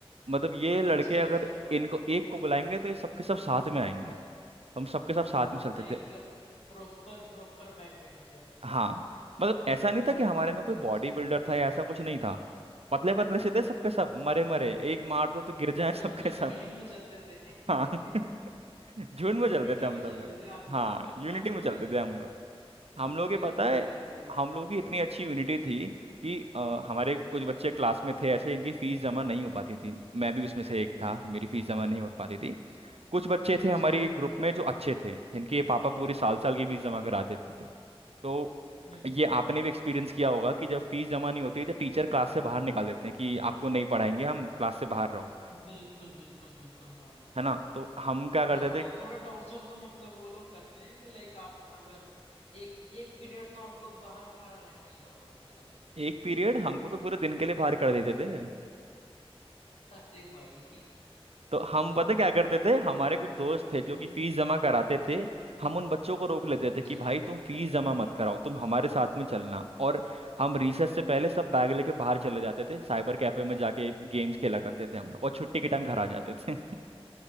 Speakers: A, on the right; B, on the left.
A: मतलब ये
B: अच्छा
A: लड़के अगर
B: अच्छा
A: इनको एक को बुलाएंगे तो ये सबके सब साथ में आएंगे हम सबके सब साथ में चलते
B: Like
A: थे
B: proper proper back bencher
A: हाँ मतलब ऐसा नहीं था कि हमारे
B: अच्छा
A: में कोई बॉडी
B: अच्छा
A: बिल्डर था या ऐसा कुछ नहीं था पतले पतले से थे सबके सब मरे मरे एक मार दो तो गिर जाए <laughs>
B: बस
A: सबके
B: बस
A: सब
B: गैंग में चलते थे
A: हाँ <laughs>
B: <laughs>
A: झुंड
B: यूनिटी
A: में चलते थे हम
B: में
A: सब
B: चलते
A: लोग
B: थे आप लोग
A: हाँ
B: <laughs>
A: यूनिटी में
B: भाई
A: चलते थे हम लोग
B: वही
A: हम लोग
B: वही
A: के पता
B: वही
A: है
B: भाई वही
A: हम लोग की इतनी अच्छी यूनिटी थी कि अ, हमारे
B: हम्म
A: कुछ बच्चे
B: हम्म,
A: क्लास में थे ऐसे इनकी फीस जमा नहीं हो पाती थी मैं भी उसमें से एक था मेरी फीस जमा नहीं हो पाती थी कुछ बच्चे
B: अच्छा
A: थे हमारे
B: अच्छा
A: ग्रुप में जो अच्छे थे जिनके पापा पूरे साल साल की फीस जमा करा देते थे तो
B: हम्म
A: ये
B: हम्म
A: आपने भी एक्सपीरियंस किया होगा कि जब फीस जमा नहीं होती है तो टीचर क्लास से बाहर निकाल देते हैं कि आपको नहीं पढ़ाएंगे हम क्लास से बाहर रहो
B: हम्म, बिल्कुल बिल्कुल बिल्कुल हाँ
A: है ना तो हम क्या
B: तो
A: करते
B: हाँ
A: थे
B: थोड़ा टॉर्चर तो मतलब वो लोग करते हैं कि लाइक आप अगर एक एक पीरियड तो आपको बाहर खड़ा रहना ही होगा कम से कम
A: एक पीरियड हमको तो पूरे दिन के लिए बाहर कर देते थे
B: अरे भाई <laughs>
A: तो हम पता क्या करते थे हमारे कुछ दोस्त थे जो
B: हम्म
A: कि फीस जमा कराते थे हम उन बच्चों को रोक लेते
B: अच्छा
A: थे कि भाई तुम फीस जमा मत कराओ तुम हमारे साथ में चलना और हम रिसेस से पहले सब बैग लेके बाहर चले जाते थे साइबर कैफे में जाके गेम्स खेला करते थे हम लोग और छुट्टी के टाइम घर आ जाते थे